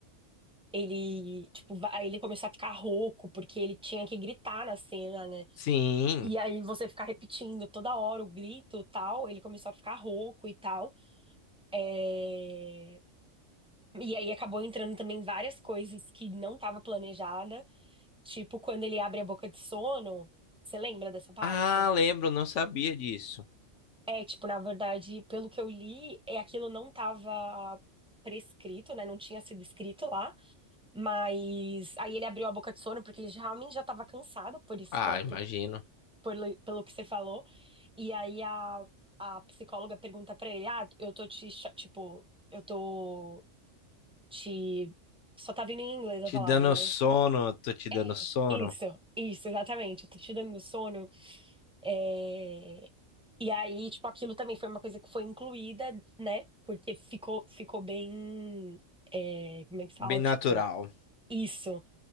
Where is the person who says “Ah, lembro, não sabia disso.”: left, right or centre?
Left